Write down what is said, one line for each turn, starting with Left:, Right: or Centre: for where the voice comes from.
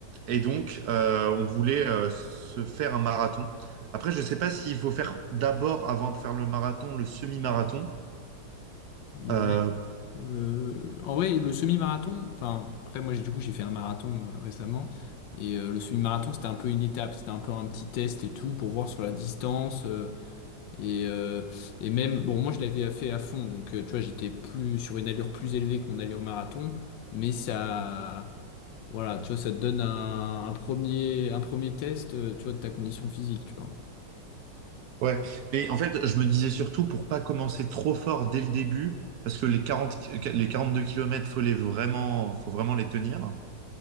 Right: et donc euh, on voulait euh, se faire un marathon. Après, je sais pas s'il faut faire d'abord, avant de faire le marathon, le semi-marathon.
Left: Ouais.
Right: Euh,
Left: Euh, en vrai, le semi-marathon, enfin, après, moi, j'ai- du coup, j'ai fait un marathon euh, récemment. Et euh, le semi-marathon, c'était un peu une étape, c'était un peu un petit test et tout pour voir sur la distance. euh, Et, euh, et même, bon, moi je l'avais fait à fond, donc euh, tu vois, j'étais plus sur une allure plus élevée que mon allure marathon, mais ça, voilà, tu vois, ça te donne un, un premier, un premier test, euh, tu vois, de ta condition physique, tu vois.
Right: ouais, mais en fait, je me disais surtout pour pas commencer trop fort dès le début, parce que les quarante, les 42 kilomètres, faut les vraiment, faut vraiment les tenir.